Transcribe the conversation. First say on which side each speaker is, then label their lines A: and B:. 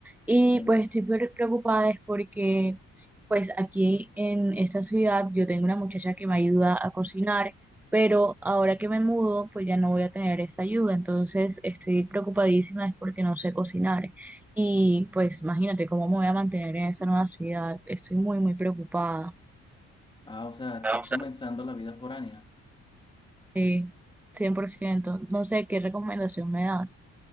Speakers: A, in the centre; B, on the left (about 15°).
A: Y
B: Entiendo.
A: pues estoy pre- preocupada es porque pues aquí en esta ciudad yo tengo una muchacha que me ayuda a cocinar, pero ahora que me mudo pues ya no voy a tener esa ayuda, entonces estoy preocupadísima es porque no sé cocinar y pues imagínate cómo me voy a mantener en esa nueva ciudad, estoy muy muy preocupada,
B: Ah, o sea, estás
A: Ah, o
B: comenzando
A: sea,
B: la vida foránea.
A: Sí, 100% no sé qué recomendación me das.